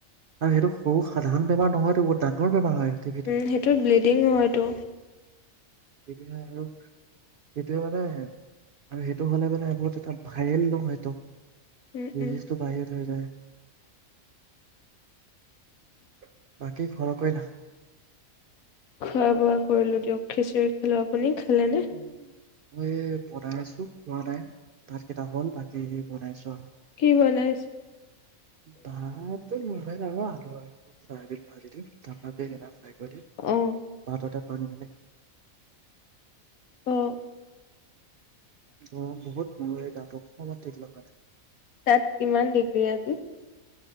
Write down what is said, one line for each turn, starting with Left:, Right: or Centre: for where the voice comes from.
Right: আৰু সেইটো সৰু সাধাৰণ বেমাৰ নহয়তো বহুত ডাঙৰ বেমাৰ হয় টিবিটো
Left: সেইটো ব্লিডিং হয়টো
Right: সেইটোৱে আৰু সেইটোৱে মানে আৰু সেইটো হলে মানে বহুত এটা ভাইৰেল নহয় ত
Left: উম,
Right: ডিজিজটো
Left: উম।
Right: বাহিৰত হৈ যায় <inaudible> বাকী খৰ কৰিলা
Left: খোৱা বোৱা কৰিলো দিয়ক খিচিৰি খালো আপুনি খালেনে?
Right: উ <unintelligible> বনাই আছো হোৱা নাই, ভাতকেইটা হ'ল বাকী বনাইছো আৰু
Left: কি বনাইছে?
Right: <inaudible> ভাতটো হলেই বাৰু আলু আৰু চয়াবিন ভাজি দিম ত ফাই কৰি দিম
Left: অ',
Right: ভাততে পানী মিলাই
Left: অঁ অঁ
Right: গৰম বহুত মোৰেই গাতো অকমান ঠিক লগা নাই
Left: তাত, কিমান ডিগ্ৰী আজি